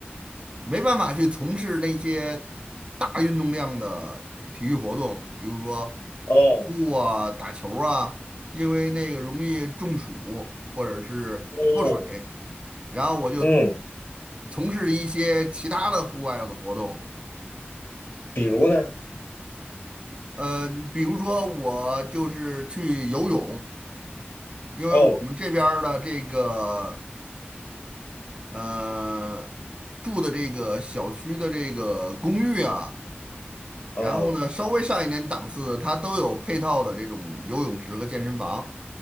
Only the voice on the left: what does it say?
哦，
哦，
嗯。
比如呢？
哦，
啊，